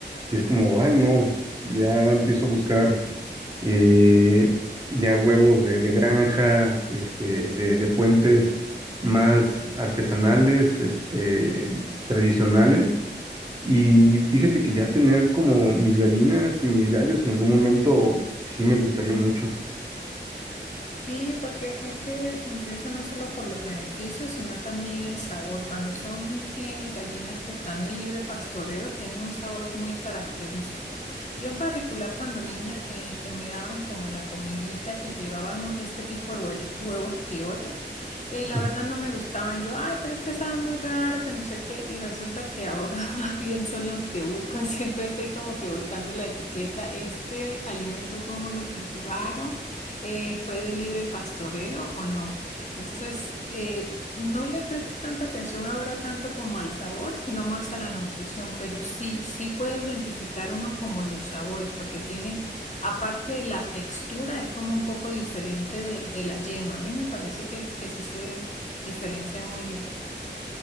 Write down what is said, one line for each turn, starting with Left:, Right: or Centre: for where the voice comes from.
Right: Y es como, ay no, ya empiezo a buscar eh, ya huevos de, de granja, este, de, de fuentes más artesanales, este, tradicionales. Y fíjate que ya tener como mis gallinas y mis gallos en algún momento sí me gustaría mucho.
Left: Sí, porque es que incluso no solo por los beneficios, sino también el sabor. Cuando son eh, gallinas que están de libre pastoreo, tienen un sabor muy característico. Yo en particular cuando niña, eh, que me daban como la comidita que llevaban este tipo de huello- huevos criollos, eh, la
Right: Ah.
Left: verdad no me gustaban. Yo, ay, pero es que saben muy raro, que no sé qué. Y resulta que ahora <laughs> más bien son los que buscan. Siempre estoy como que buscando la etiqueta, este alimento, cómo lo cultivaron eh, fue de libre pastoreo o no. Entonces, eh, no le presto tanta atención ahora tanto como al sabor, sino más a la nutrición, pero sí, sí puede identificar uno como los sabores, porque tienen, aparte de la textura, es como un poco diferente de, de la yema. A mí me parece que, que sí se diferencian muy bien.